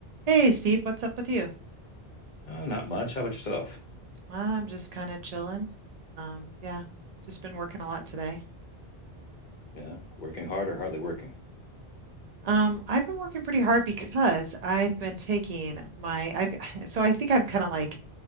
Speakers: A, on the right; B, on the left.
A: Hey Steve, what's up with you?
B: Oh, not much. How about yourself?
A: I'm just kind of chilling. Um, yeah, just been working a lot today.
B: Yeah, working hard or hardly working?
A: Um, I've been working pretty hard because I've been taking my I've <sighs> <laughs> so I think I'm kind of like